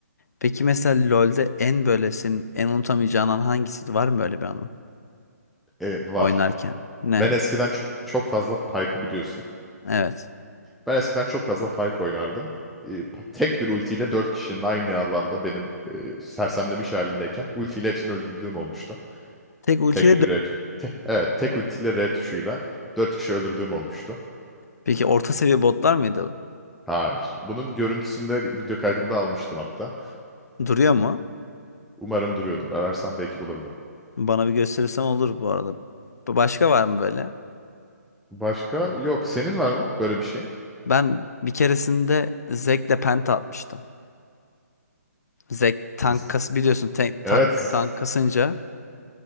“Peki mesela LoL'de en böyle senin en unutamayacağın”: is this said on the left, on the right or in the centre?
Left